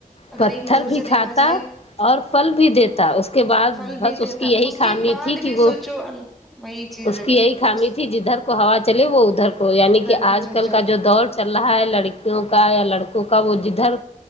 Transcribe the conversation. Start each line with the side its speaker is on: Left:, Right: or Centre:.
Left: پتھر
Centre: اگر ایک نظر
Left: بھی
Centre: سے
Left: کھاتا
Centre: دیکھا جائے
Left: اور پھل بھی دیتا اس کے بعد
Centre: پھل
Left: بس
Centre: بھی
Left: اس
Centre: دیتا
Left: کی یہی خامی
Centre: کے بعد
Left: تھی کہ
Centre: بھی
Left: وہ
Centre: سوچو وہی چیز
Left: اس
Centre: ہے
Left: کی یہی خامی
Centre: اس
Left: تھی جدھر کو ہوا چلے وہ ادھر کو یعنی
Centre: ادھر
Left: کہ
Centre: کو
Left: آج
Centre: جھک
Left: کل
Centre: جاتا
Left: کا جو دور چل رہا ہے لڑکیوں کا یا لڑکوں کا وہ جدھر